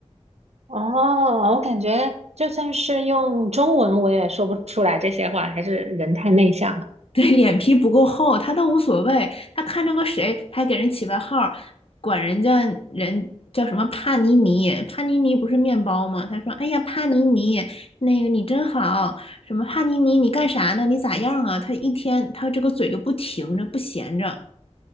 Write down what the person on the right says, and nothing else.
哦，我感觉就算是用中文，我也说不出来这些话，还是人太内向了。